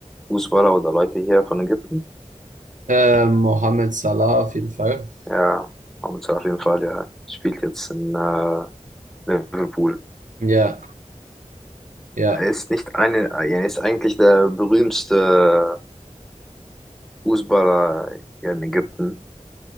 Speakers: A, in the centre; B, on the right.
A: Fußballer oder Leute hier von Ägypten?
B: Ähm, Mohammed Salah auf jeden Fall.
A: Ja, Hamza auf jeden Fall, ja. Spielt jetzt in äh, Liverpool.
B: Ja, ja.
A: Er ist nicht eine, er ist eigentlich der berühmste Fußballer hier in Ägypten.